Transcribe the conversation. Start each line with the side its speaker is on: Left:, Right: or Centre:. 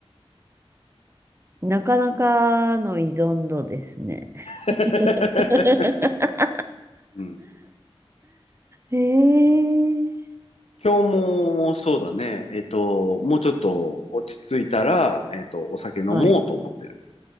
Right: なかなかの依存度ですね。
Left: <laughs>
Right: <laughs>
Left: うん
Right: ええ
Left: 今日もそうだね。えっと、もうちょっと落ち着いたら、えっと、お酒飲もうと思ってる。
Right: はい。